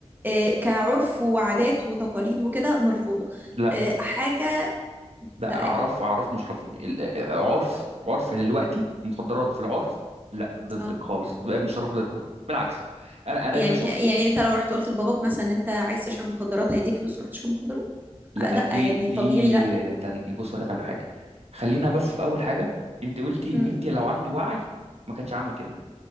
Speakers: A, on the right; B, on the right.
A: إيه، كعرف وعادات وتقاليد وكده مرفوضة
B: لا
A: إيه، حاجة
B: لا
A: لا
B: اعرف
A: ايه
B: اعرف مش رف... ال- عرف عرف دلوقتي مخدرات في العرف لا ضدك
A: اه
B: خالص بقى مش رافضينها بالعكس انا انا
A: يعني
B: بشوف
A: يعني انت لو رحت قلت لباباك مثلا إن انت عايز تشرب مخدرات هيديك فلوس تروح تشرب مخدرات
B: لا
A: آه، لا
B: دي
A: يعني
B: دي
A: طبيعي لا
B: تن... بص اقول لك على حاجه خلينا بس في اول حاجه انت قلتي ان
A: امم
B: انت لو عنده وعي ما كانش عمل كده